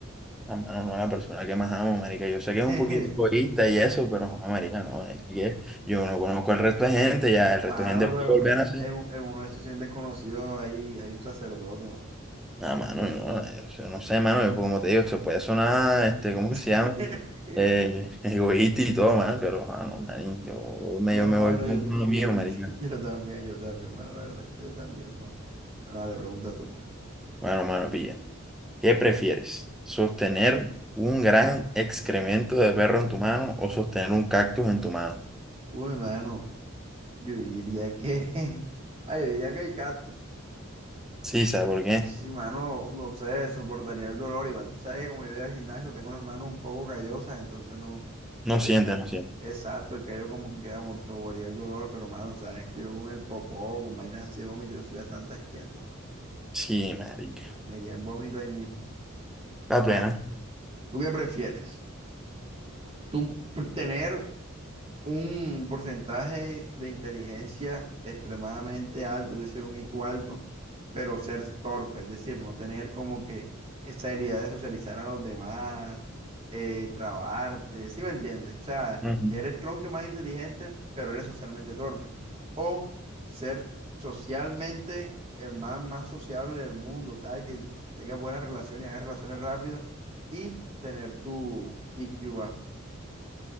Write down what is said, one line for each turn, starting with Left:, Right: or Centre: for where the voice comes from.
Centre: Ah, mano, no, la persona que más amo, marica. Yo sé
Right: <laughs>
Centre: que es un poquito egoísta y eso, pero, joder, marica, no. Es que yo no conozco el resto de gente, ya el
Right: Mano,
Centre: resto de gente puede
Right: pero
Centre: volver a hacer.
Right: en, un- en uno de estos 100 desconocidos hay, hay un sacerdote, mano.
Centre: Nada, mano, no, yo no sé, mano, yo, como te digo, se puede sonar, este,
Right: <laughs>
Centre: ¿cómo que se llama? Eh, <laughs> egoísta y todo, man, pero, ah, no, man, yo, me,
Right: No,
Centre: yo me
Right: mano,
Centre: voy con
Right: yo también,
Centre: lo mío, marica.
Right: <laughs> yo también, yo también, mano, la verdad es que yo también, mano. Bueno, dale, pregunta tú, pues.
Centre: Bueno, mano, pilla. ¿Qué prefieres? ¿Sostener un gran excremento de perro en tu mano o sostener un cactus en tu mano?
Right: Uy, mano, yo diría que, <laughs> ah, yo diría que el cactus.
Centre: Sí, ¿sabes por qué?
Right: Sí, mano, no sé, soportaría el dolor. Igual tú sabes que como yo voy al gimnasio, tengo las manos un poco callosas, entonces no.
Centre: No
Right: el
Centre: siente,
Right: ca-
Centre: no siente.
Right: Exacto, el callo como que amortiguaría el dolor, pero mano, sabes que yo con el popó, con vainas así de vómito, yo soy bastante asquiento, mano.
Centre: Sí, marica.
Right: Me iría en vómito ahí mismo.
Centre: La
Right: Bueno,
Centre: plena.
Right: ¿tú qué prefieres? ¿Tú pr- tener un porcentaje de inteligencia extremadamente alto, es decir, un IQ alto, pero ser torpe, es decir, no tener como que esa habilidad de socializar a los demás, eh, trabarte, ¿sí me entiendes? O sea,
Centre: Ujú.
Right: ya eres tronco más inteligente, pero eres socialmente torpe. O ser socialmente el más, más sociable del mundo, tal, que tengas buenas relaciones y hagas relaciones rápido y tener tu IQ bajo,